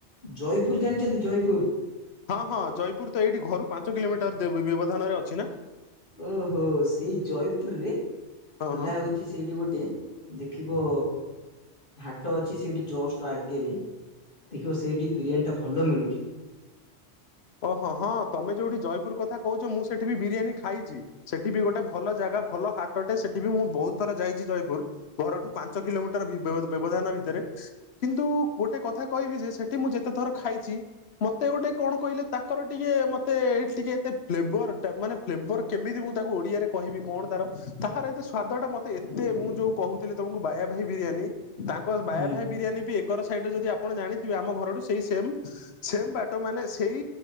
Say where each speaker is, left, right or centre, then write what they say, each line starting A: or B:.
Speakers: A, on the left (about 50°); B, on the left (about 65°).
A: ଜୟପୁର ଜାଣିଛନ୍ତି ଜୟପୁର।
B: ହଁ ହଁ ଜୟପୁର ତ ଏଇଠି ଘରୁ ପାଞ୍ଚ କିଲୋମିଟର ବ୍ୟବଧାନରେ ଅଛି ନା।
A: ଓହୋ ସେଇ ଜୟପୁରରେ
B: ହଁ
A: ଖୋଲା
B: ହଁ
A: ହଉ କି ସେଇଠି ଗୋଟେ ଦେଖିବ ହାଟ ଅଛି ସେଇଠି ଜଷ୍ଟ ଆଗେରେ ଦେଖିବ ସେଇଠି ବିରିୟାନୀ ଟା ଭଲ ମିଳୁଛି।
B: ଓହଁ ହଁ ତମେ ଯୋଉଠି ଜୟପୁର କଥା କହୁଛ ମୁଁ ସେଠି ବି ବିରିୟାନୀ ଖାଇଛି ସେଠି ବି ଗୋଟେ ଭଲ ଜାଗା ଭଲ ହାଟଟେ ସେଠି ବି ମୁଁ ବହୁତ ଥର ଯାଇଛି ଜୟପୁର। ଘରଠୁ ପାଞ୍ଚ କିଲୋମିଟର ବି ବ୍ୟବଧାନ ଭିତରେ କିନ୍ତୁ ଗୋଟେ କଥା କହିବି ଯେ ସେଠି ମୁଁ ଯେତେ ଥର ଖାଇଛି ମତେ ଗୋଟେ କଣ କହିଲେ ତାଙ୍କର ଟିକେ ମତେ ଏଠି ଟିକେ ଏତେ ଫ୍ଲେବର ମାନେ ଫ୍ଲେବର କେମିତି ମୁଁ ତାକୁ ଓଡିଆରେ କହିବି କଣ ତାର ତାହାର ଏତେ ସ୍ଵାଦ ଟା ମତେ ଏତେ ମୁଁ ଯୋଉ କହୁଥିଲି ତମକୁ ବାୟା ଭାଇ ବିରିୟାନୀ ତାଙ୍କ ବାୟା
A: ହୁଁ।
B: ଭାଇ ବିରିୟାନୀ ବି ଏକର ସାଇଡ ଯଦି ଆପଣ ଜାଣିଥିବେ ଆମ ଘରୁ ସେଇ ସେମ ସେମ ବାଟ ଟ ମାନେ ସେଇ